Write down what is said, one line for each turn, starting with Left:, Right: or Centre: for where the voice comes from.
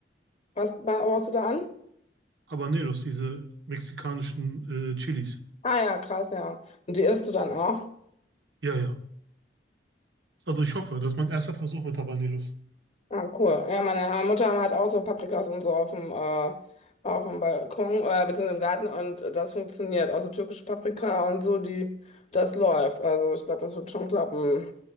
Left: Was ba- baust du da an?
Right: Habaneros, diese mexikanischen äh, Chilis.
Left: Ah ja, krass, ja. Und die isst du dann auch?
Right: Ja, ja. Also ich hoffe, das ist mein erster Versuch mit Habaneros.
Left: Ah, cool. Ja, meine Mutter hat auch so Paprikas und so auf dem, äh, auf dem Balkon, äh, beziehungsweise im Garten und das funktioniert. Also türkische Paprika und so, die, das läuft. Also ich glaube, das wird schon klappen.